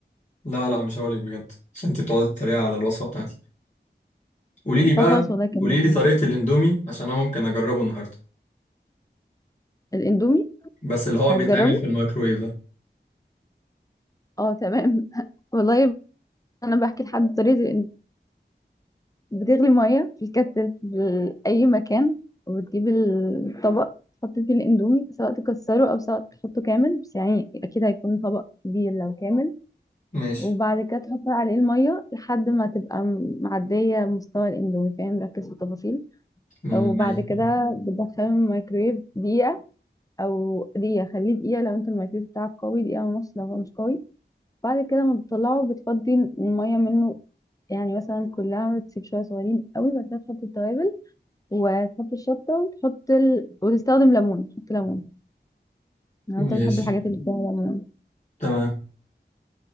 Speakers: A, on the left; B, on the left.
A: لا لا مش هقولك بجد عشان انت بتقعدي تتريقي على الوصفه بتاعتي قولي لي بقى
B: لا خلاص والله كمل
A: قولي لي طريقه الاندومي عشان انا ممكن اجربه النهارده
B: الاندومي
A: بس اللي هو
B: هتجربه
A: بيتعمل في الميكرويف ده
B: اه تمام <laughs> والله انا بحكي لحد طريقه الإن- بتغلي ميه في الكتل في اي مكان وبتجيب الطبق تحط فيه الاندومي سواء تكسره او سواء تحطه كامل بس يعني اكيد هيكون طبق كبير لو كامل
A: ماشي
B: وبعد كده تحط عليه المية لحد ما تبقى م- معدية مستوى الاندومي فاهم ركز في التفاصيل
A: ماشي
B: وبعد كده بتدخله الميكرويف دقيقة أو دقيقة خليه دقيقة لو انت الميكرويف بتاعك قوي دقيقة ونص لو هو مش قوي بعد كده ما بتطلعه بتفضي المية منه يعني مثلا كلها تسيب شوية صغيرين قوي بعد كده تحط التوابل وتحط الشطة وتحط ال... وتستخدم ليمون تحط ليمون لو
A: ماشي
B: انت بتحب الحاجات اللي فيها ليمون
A: تمام